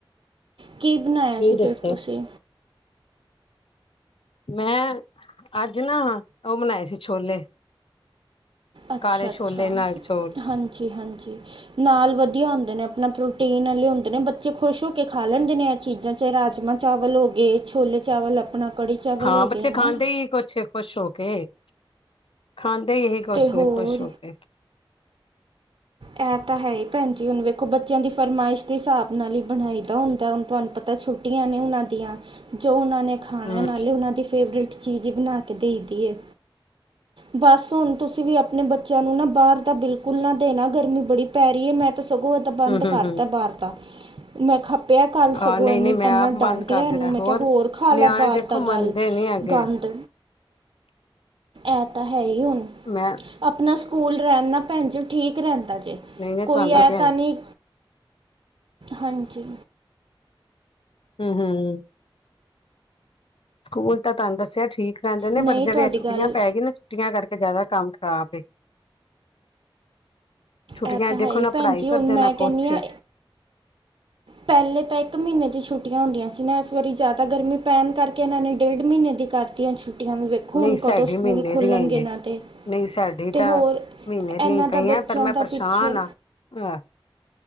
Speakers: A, on the right; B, on the left.
A: ਕੀ ਬਣਾਇਆ
B: ਤੁਸੀਂ
A: ਸੀ
B: ਦੱਸੋ?
A: ਫਿਰ ਤੁਸੀਂ
B: ਮੈਂ ਅੱਜ ਨਾ ਉਹ ਬਣਾਏ ਸੀ ਛੋਲੇ
A: ਅੱਛਾ-
B: ਕਾਲੇ ਛੋਲੇ
A: ਅੱਛਾ
B: ਨਾਲ ਚੋਲ
A: ਹਾਂਜੀ -ਹਾਂਜੀ ਨਾਲ ਵਧੀਆ ਹੁੰਦੇ ਨੇ ਆਪਣਾ ਪ੍ਰੋਟੀਨ ਵਾਲੇ ਹੁੰਦੇ ਨੇ ਬੱਚੇ ਖੁਸ਼ ਹੋ ਕੇ ਖਾ ਲੈਂਦੇ ਨੇ ਇਹ ਚੀਜ਼ਾਂ। ਚਾਹੇ ਰਾਜਮਾਂ ਚਾਵਲ ਹੋ ਗਏ, ਛੋਲੇ ਚਾਵਲ ਆਪਣਾ ਕੜੀ ਚਾਵਲ
B: ਹਾਂ
A: ਹੋ
B: ਬੱਚੇ
A: ਗਏ ਹੈ ਨਾ
B: ਖਾਂਦੇ ਈ ਨੀ ਕੁਛ ਖੁਸ਼ ਹੋ ਕੇ ਖਾਂਦੇ ਇਹੀ ਖੁਸ਼
A: ਅਤੇ ਹੋਰ
B: ਨੇ ਖ਼ੁਸ਼ ਹੋ ਕੇ
A: ਇਹ ਤਾਂ ਹੈ ਹੀ ਭੈਣ ਜੀ ਹੁਣ ਵੇਖੋ ਬੱਚਿਆਂ ਦੀ ਫਰਮਾਇਸ਼ ਦੇ ਹਿਸਾਬ ਨਾਲ ਹੀ ਬਣਾਈ ਦਾ ਹੁੰਦਾ ਹੁਣ ਤੁਹਾਨੂੰ ਪਤਾ ਤਾਂ ਛੁੱਟੀਆਂ ਨੇ ਉਹਨਾਂ ਦੀਆਂ ਜੋ ਉਹਨਾਂ ਨੇ ਖਾਣਾ
B: ਹੂੰ-ਹੂੰ,
A: ਨਾਲੇ ਉਹਨਾਂ ਦੀ ਫੇਵਰੇਟ ਚੀਜ਼ ਹੀ ਬਣਾ ਕੇ ਦਈ ਦੀ ਏ, ਬਸ ਹੁਣ ਤੁਸੀਂ ਵੀ ਆਪਣੇ ਬੱਚਿਆਂ ਨੂੰ ਨਾ ਬਾਹਰ ਤਾਂ ਬਿਲਕੁਲ ਨਾ ਦੇਣਾ, ਗਰਮੀ ਬੜੀ ਪੈ ਰਹੀ ਹੈ ਮੈਂ ਤਾਂ ਸਗੋਂ
B: ਹੂੰ-ਹੂੰ-ਹੂੰ
A: ਬੰਦ ਕਰਤਾ ਬਾਹਰ ਦਾ। ਮੈਂ ਖੱਪਿਆ ਕੱਲ੍ਹ
B: ਆਹ
A: ਸਗੋਂ
B: ਨਹੀਂ-ਨਹੀਂ
A: ਇੰਨੀ
B: ਮੈਂ
A: ਇੰਨਾ
B: ਆਪ
A: ਡਾਂਟਿਆ
B: ਬੰਦ ਕਰ
A: ਇਹਨੂੰ
B: ਦਿੱਤਾ
A: ਮੈਂ ਕਿਹਾ ਹੋਰ ਖਾ
B: ਨਿਆਣੇ
A: ਲਿਆ ਬਾਹਰ।
B: ਦੇ ਦੇਖੋ
A: ਦਾ
B: ਮੰਨਦੇ
A: ਗੱਲ
B: ਨੀ ਹੈਗੇ
A: ਗੰਦ।
B: <inaudible>
A: ਇਹ ਤਾਂ ਹੈ ਹੀ ਹੁਣ,
B: ਮੈਂ
A: ਆਪਣਾ ਸਕੂਲ ਰਹਿਣ ਨਾ ਭੈਣ ਜੇ ਠੀਕ ਰਹਿੰਦਾ ਜੇ
B: ਨਹੀਂ-ਨਹੀਂ
A: ਕੋਈ
B: ਤੁਹਾਨੂੰ
A: ਇਹ
B: ਕਿਹਾ
A: ਤਾਂ ਨਹੀਂ, ਹਾਂਜੀ।
B: ਹੂੰ ਹੂੰ ਸਕੂਲ ਤਾਂ ਤੁਹਾਨੂੰ ਦੱਸਿਆ ਠੀਕ ਰਹਿੰਦੇ ਨੇ,
A: ਨਹੀਂ
B: ਪਰ ਜਿਹੜੇ
A: ਤੁਹਾਡੀ
B: ਛੁੱਟੀਆਂ
A: ਗੱਲ
B: ਪ ਗਈ ਨਾ ਛੁੱਟੀਆਂ ਕਰਕੇ ਜ਼ਿਆਦਾ ਕੰਮ ਖ਼ਰਾਬ ਏ ਛੁੱਟੀਆਂ
A: ਇਹ ਤਾਂ ਹੈ
B: ਦੇਖੋ
A: ਹੀ
B: ਨਾ
A: ਭੈਣ
B: ਪੜ੍ਹਾਈ
A: ਜੀ
B: ਕਰਦੇ
A: ਹੁਣ ਮੈਂ
B: ਨਾ
A: ਕਹਿੰਦੀ
B: ਕੁਛ।
A: ਹਾਂ ਪਹਿਲੇ ਤਾਂ ਇੱਕ ਮਹੀਨੇ ਦੀ ਛੁੱਟੀਆਂ ਹੁੰਦੀਆਂ ਸੀ ਨਾ ਇਸ ਵਾਰੀ ਜ਼ਿਆਦਾ ਗਰਮੀ ਪੈਣ ਕਰਕੇ ਇਹਨਾਂ ਨੇ ਡੇਢ ਮਹੀਨੇ ਦੀ ਕਰ। ਤੀਆਂ ਛੁੱਟੀਆਂ ਵੀ ਵੇਖੋ
B: ਨਹੀਂ
A: ਹੁਣ
B: ਸਾਡੇ
A: ਕਦੋਂ ਸਕੂਲ
B: ਮਹੀਨੇ
A: ਖੋਲ੍ਹਣਗੇ
B: ਦੀਆ ਈ ਨੇ।
A: ਇਹਨਾਂ ਦੇ
B: ਨਹੀਂ ਸਾਡੀ
A: ਅਤੇ
B: ਤਾਂ
A: ਹੋਰ
B: ਮਹੀਨੇ ਦੀਆਂ
A: ਇਹਨਾਂ
B: ਹੀ
A: ਦਾ
B: ਪਈਆਂ,
A: ਬੱਚਿਆਂ
B: ਪਰ ਮੈਂ
A: ਦਾ
B: ਪਰੇਸ਼ਾਨ
A: ਪਿੱਛੇ
B: ਹਾਂ। ਆਹ।